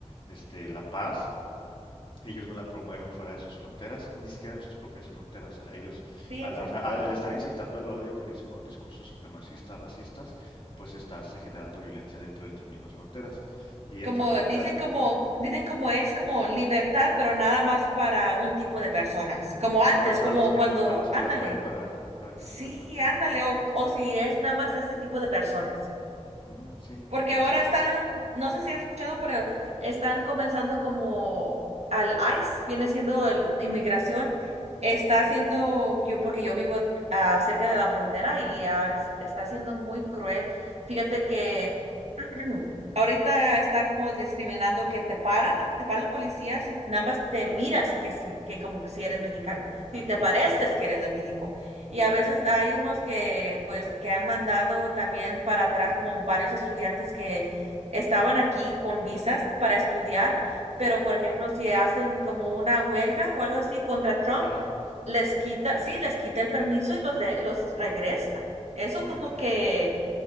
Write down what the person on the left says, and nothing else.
Este, la paz, ellos no la promueven fuera de sus fronteras, ni siquiera en sus propias fronteras. O sea, ellos,
al,
o sea, al- al estar incitando al odio con, dis- con discursos supremacistas, racistas, pues estás eh, generando violencia dentro de tus mismas fronteras. Y dentro
de las fronteras,
y-
ujú,
para, para
los que,
para los
que la pueden pagar, para
los que la pueden pagar.
Ujú, sí,
entonces,
ujú,
latino.
ujú.
Ujú,
ujú.
Un rally.
Ujú.
Sí,
entiendo.